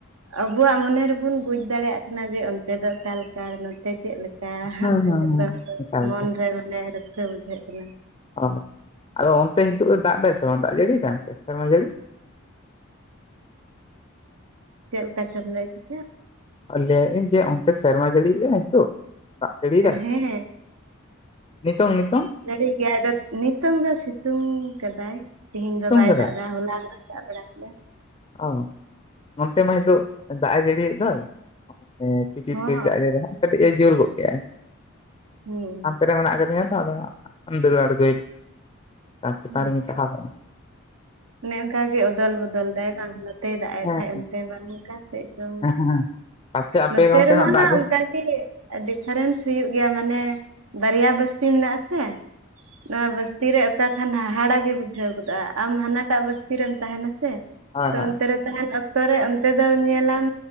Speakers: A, on the right (about 80°); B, on the left (about 25°).
A: ᱟᱵᱩᱣᱟᱜ ᱢᱚᱱᱮ ᱨᱮᱵᱚᱱ ᱵᱩᱡ ᱫᱟᱲᱮᱭᱟᱜ ᱠᱟᱱᱟ ᱡᱮ ᱚᱱᱛᱮ ᱫᱚ ᱚᱠᱟᱞᱮᱠᱟ, ᱱᱚᱛᱮ ᱪᱮᱫ ᱞᱮᱼᱼ <unintelligible>
B: ᱦᱮᱸ ᱦᱮᱸ ᱦᱮᱸ
A: ᱡᱚᱛᱚ ᱦᱚᱲ
B: ᱮᱠᱟᱞ
A: ᱢᱚᱱ
B: ᱜᱮ
A: ᱨᱮ ᱢᱟᱱᱮ ᱨᱟᱹᱥᱠᱟᱹ ᱵᱩᱡᱷᱟᱹᱜ ᱠᱟᱱᱟ᱾
B: ᱚ ᱟᱫᱚ ᱚᱱᱛᱮ ᱦᱤᱛᱳᱜ ᱮ ᱫᱟᱜ ᱫᱟᱭ ᱥᱮ ᱵᱟᱝ ᱫᱟᱜ ᱡᱟᱹᱲᱤᱭᱮᱫᱟᱭ ᱚᱱᱛᱮ ᱥᱮᱨᱢᱟ ᱡᱟᱹᱲᱤ?
A: ᱪᱮᱫ ᱞᱮᱠᱟ ᱪᱚᱢ ᱞᱟᱹᱭ ᱠᱤᱫᱟ?
B: ᱞᱟᱹᱭᱮᱜ ᱟᱹᱧ ᱡᱮ ᱚᱱᱛᱮ ᱥᱮᱨᱢᱟ ᱡᱟᱹᱲᱤᱭᱮᱜᱼᱟᱭ ᱦᱤᱛᱳᱜ? ᱫᱟᱜ ᱥᱟᱹᱲᱤ ᱭᱮᱫᱟᱭ
A: ᱦᱮᱸ
B: ᱱᱤᱛᱚᱝ ᱱᱤᱛᱚᱝ?
A: ᱡᱟᱹᱲᱤ ᱜᱮᱭᱟᱭ ᱟᱫᱚ ᱱᱤᱛᱚᱝ ᱫᱚ ᱥᱤᱛᱩᱝ ᱠᱟᱫᱟᱭ ᱛᱦᱮᱧ
B: ᱥᱤᱛᱩᱝ
A: ᱫᱚ ᱵᱟᱭ
B: ᱠᱟᱫᱟᱭ
A: ᱫᱟᱜ ᱮᱫᱟ ᱦᱚᱞᱟᱼᱼ ᱫᱟᱜ ᱵᱟᱲᱟ ᱠᱮᱭᱟ᱾
B: ᱚ ᱱᱚᱱᱛᱮ ᱢᱟ ᱦᱤᱛᱳᱜ ᱫᱟᱜ ᱮ ᱡᱟᱹᱲᱤᱭᱮᱫ ᱫᱚᱭᱼᱼ <unintelligible>
A: ᱦᱚᱸ
B: ᱫᱟᱜ ᱮ ᱡᱚᱨᱚᱭ ᱫᱟ ᱠᱟᱹᱴᱤᱡᱼᱮ ᱡᱳᱨ ᱜᱚᱫ ᱠᱮᱜ ᱟᱭ
A: ᱦᱩᱸ
B: ᱦᱮᱸᱼᱼ ᱪᱷᱟᱫᱨᱮ ᱢᱮᱱᱟᱜ ᱟᱠᱟᱫᱤᱧᱟ ᱛᱚ ᱟᱫᱚ ᱫᱟᱹᱲᱹ ᱟᱲᱜᱳᱭᱮᱱᱟᱹᱧ ᱪᱷᱟᱫ ᱪᱮᱛᱟᱱ
A: ᱦᱩᱸ,
B: ᱨᱮᱜᱤᱧ ᱛᱟᱦᱮᱸ ᱠᱟᱱᱟ᱾
A: ᱚᱱᱮ ᱚᱱᱠᱟ ᱜᱮ ᱚᱫᱚᱞ ᱵᱚᱫᱚᱞ ᱫᱟᱭ ᱵᱟᱝ ᱱᱚᱛᱮᱭ ᱫᱟᱜ ᱮᱫ
B: ᱦᱮᱸ
A: ᱠᱷᱟᱱ ᱚᱱᱛᱮ ᱵᱟᱝ ᱚᱠᱟ ᱥᱮᱫ ᱪᱚᱼᱼ
B: ᱦᱮᱸ ᱦᱮᱸ ᱯᱟᱪᱷᱮ ᱟᱯᱮ
A: ᱱᱚᱛᱮ
B: ᱚᱱᱛᱮᱱᱟᱜ
A: ᱨᱮ ᱢᱟ
B: ᱫᱟᱜ
A: ᱦᱟᱜ
B: ᱡᱟᱹᱲᱤ
A: ᱚᱱᱠᱟᱼᱼ ᱰᱤᱯᱷᱟᱨᱮᱱᱥ ᱦᱩᱭᱩᱜ ᱜᱮᱭᱟ ᱢᱟᱱᱮ ᱵᱟᱨᱭᱟ ᱵᱚᱥᱛᱤ ᱢᱮᱱᱟᱜ ᱟᱥᱮᱼᱼ ᱱᱚᱣᱟ ᱵᱟᱥᱛᱤ ᱨᱮ ᱚᱠᱟ ᱠᱷᱟᱱ ᱦᱟᱦᱟᱲᱟ ᱜᱮ ᱵᱩᱡᱷᱟᱹᱣ ᱜᱚᱫᱚᱜᱼᱟ, ᱟᱢ ᱦᱟᱱᱟᱼᱼ ᱴᱟᱜ ᱵᱟᱥᱛᱤ ᱨᱮᱢ ᱛᱟᱦᱮᱸᱱᱟ ᱥᱮ
B: ᱦᱳᱭ
A: ᱛᱚ
B: ᱦᱳᱭ
A: ᱚᱱᱛᱮ ᱨᱮᱼᱼ ᱛᱟᱦᱮᱱ ᱚᱠᱛᱚ ᱨᱮ ᱚᱱᱛᱮ ᱫᱚ ᱧᱮᱞᱟᱢ